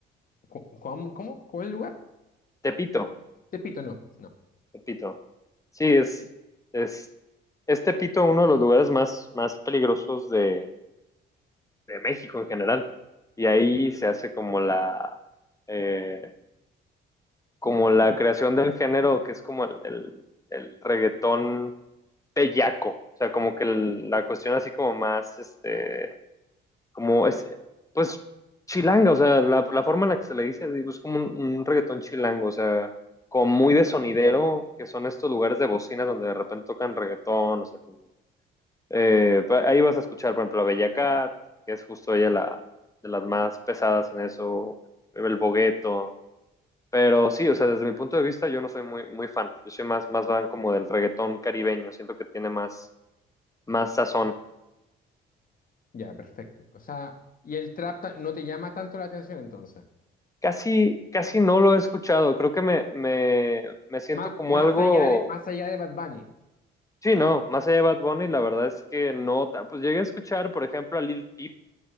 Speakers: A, on the left; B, on the left.
A: Co- ¿Cómo? ¿Cómo? ¿Cuál lugar?
B: Tepito,
A: Tepito, no. No.
B: Tepito. Sí, es, es, es Tepito uno de los lugares más, más peligrosos de, de México en general. Y ahí se hace como la, eh, como la creación del género, que es como el, el, el reggaetón bellaco, o sea, como que el- la cuestión así como más, este, como es, pues chilanga, o sea, la, la forma en la que se le dice, digo, es como un, un reggaetón chilango, o sea, como muy de sonidero, que son estos lugares de bocina donde de repente tocan reggaetón, o sea, como, eh, pa- ahí vas a escuchar, por ejemplo, a Bella Cat, que es justo ella la, de las más pesadas en eso, el Bogueto. Pero sí, o sea, desde mi punto de vista yo no soy muy, muy fan. Yo soy más, más fan como del reggaetón caribeño. Siento que tiene más, más sazón.
A: Ya, perfecto. O sea, y el trap ta- no te llama tanto la atención entonces.
B: Casi, casi no lo he escuchado. Creo que me, me, me siento
A: Más,
B: como
A: más
B: algo.
A: allá de, más allá de Bad Bunny.
B: Sí, no, más allá de Bad Bunny, la verdad es que no. ta- Pues llegué a escuchar, por ejemplo, a Lil Peep,